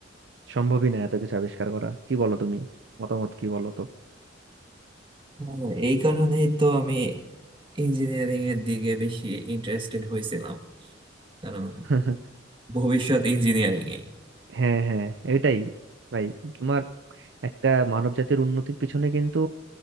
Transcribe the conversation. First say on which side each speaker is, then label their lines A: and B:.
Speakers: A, on the right; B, on the right.
A: সম্ভবই না এত কিছু আবিষ্কার করা কি বলো তুমি মতামত কি বলো
B: হ্যাঁ, এই কারণেই তো আমি ইঞ্জিনিয়ারিং এর দিকে বেশি ইন্টারেস্টেড হয়েছিলাম কারণ
A: তো
B: ভবিষ্যৎ ইঞ্জিনিয়ারিং
A: হ্যাঁ হ্যাঁ এটাই ভাই তোমার একটা মানব জাতির উন্নতির পিছনে কিন্তু